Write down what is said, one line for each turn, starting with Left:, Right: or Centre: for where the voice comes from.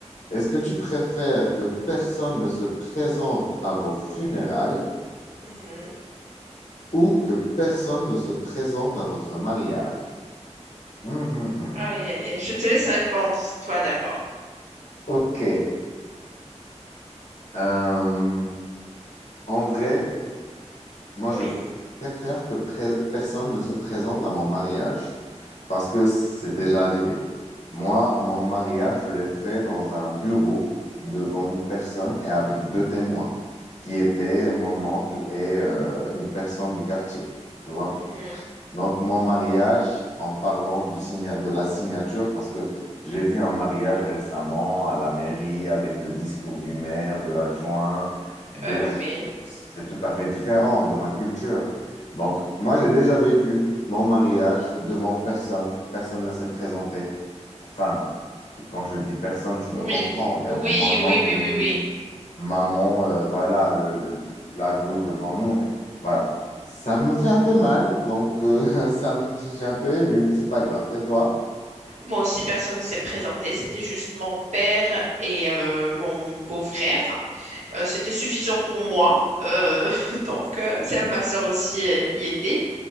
Left: Est-ce que tu préfères que personne ne se présente à vos funérailles
Right: Mhm.
Left: ou que personne ne se présente à votre mariage? Hum, hum, hum.
Right: Aïe, aïe, aïe. Je te laisse répondre, toi d'abord.
Left: Ok. Euh, en vrai, moi,
Right: Oui.
Left: je préfère que pré- personne ne se présente à mon mariage parce que c'est déjà arrivé. Moi, mon mariage, je l'ai fait dans un bureau devant une personne et avec deux témoins qui étaient mon oncle et euh, une personne du quartier. Tu vois?
Right: Mhm.
Left: Donc, mon mariage, en parlant du signa- de la signature, parce que j'ai vu un mariage récemment à la mairie avec le discours du maire, de l'adjoint. des-
Right: Euh,
Left: pff,
Right: oui.
Left: C'est tout à fait différent de ma culture. Donc, moi, j'ai déjà vécu mon mariage devant personne. Personne ne s'est présenté. Enfin, quand je dis personne, tu me
Right: Oui.
Left: comprends. Il y
Right: Oui,
Left: avait mon
Right: oui,
Left: oncle
Right: oui,
Left: et
Right: oui, oui.
Left: maman, euh, voilà, le, le- la doule devant nous, mais voilà. Ça me fait un peu mal, donc euh, <laughs> ça me- je suis un peu ému, mais c'est pas grave. Et toi?
Right: Moi aussi, personne ne s'est présenté. C'était juste mon père et euh, mon beau-frère. Euh, c'était suffisant pour moi. Euh, <laughs> donc, euh, ça, ma soeur aussi, elle y était.